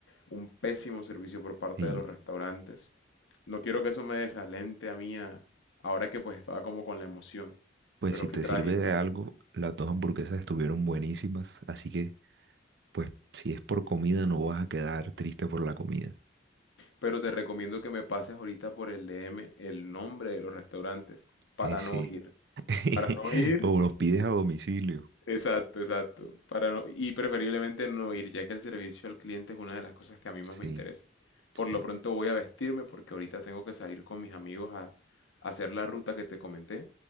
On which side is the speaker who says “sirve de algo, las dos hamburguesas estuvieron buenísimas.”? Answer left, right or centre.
Right